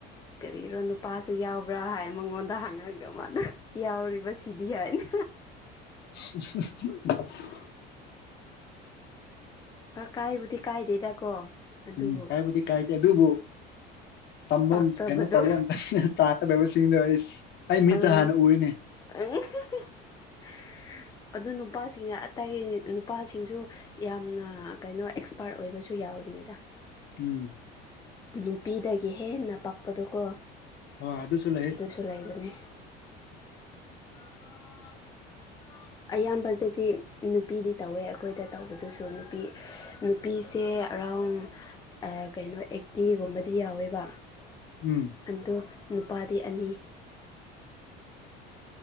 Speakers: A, on the left; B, on the left.
A: ꯀꯔꯤꯔꯣ ꯅꯨꯄꯥꯁꯨ ꯌꯥꯎꯕ꯭ꯔꯥ ꯍꯥꯏ ꯃꯉꯣꯟꯗ ꯍꯪꯉ ꯑꯃꯅ ꯌꯥꯎꯔꯤꯕ ꯁꯤꯗꯤ ꯍꯥꯏꯅ
B: <unintelligible> <unintelligible>
A: ꯑ ꯀꯥꯏꯕꯨꯗꯤ ꯀꯥꯏꯗꯦꯗꯀꯣ ꯑꯗꯨꯕꯨ
B: ꯎꯝ ꯀꯥꯏꯕꯨꯗꯤ ꯀꯥꯏꯗꯦ ꯑꯗꯨꯕꯨ ꯇꯝꯕꯝ
A: ꯄꯥꯛꯇꯕꯗꯣ
B: ꯀꯩꯅꯣ ꯇꯧꯕꯝ ꯑꯩꯅ ꯇꯥꯛꯀꯗꯕꯁꯤꯡꯗꯣ ꯑꯩꯁ ꯑꯩ ꯃꯤꯠꯇ
A: ꯑꯥ
B: ꯍꯥꯟꯅ ꯎꯔꯤꯅꯦ
A: <unintelligible> <unintelligible> ꯑꯗꯨ ꯅꯨꯄꯥꯁꯤꯡꯅ ꯑꯇꯩ ꯅꯨꯄꯥꯁꯤꯡꯁꯨ ꯌꯥꯝꯅ ꯑ ꯀꯩꯅꯣ ꯑꯦꯛꯁꯄꯥꯔꯠ ꯑꯣꯏꯕꯁꯨ ꯌꯥꯎꯔꯤꯅꯤꯗ
B: ꯎꯝ꯫
A: ꯅꯨꯄꯤꯗꯒꯤ ꯍꯦꯦꯟꯅ ꯄꯛꯄꯗꯣꯀꯣ꯫
B: ꯍꯣ ꯑꯗꯨꯁꯨ ꯂꯩ
A: ꯑꯗꯨꯁꯨ ꯂꯩꯕꯅꯦ꯫ <unintelligible> ꯑꯌꯥꯝꯕꯗꯗꯤ ꯅꯨꯄꯤꯗꯤ ꯇꯧꯋꯦ ꯑꯩꯈꯣꯏꯗ ꯇꯧꯕꯗꯨꯁꯨ ꯅꯨꯄꯤ ꯅꯨꯄꯤꯁꯦ ꯑꯦꯔꯥꯎꯟ ꯑ ꯀꯩꯅꯣ ꯑꯦꯠꯇꯤꯒꯨꯝꯕꯗꯤ ꯌꯥꯎꯋꯦꯕ꯫
B: ꯎꯝ
A: ꯑꯗꯣ ꯅꯨꯄꯥꯗꯤ ꯑꯅꯤ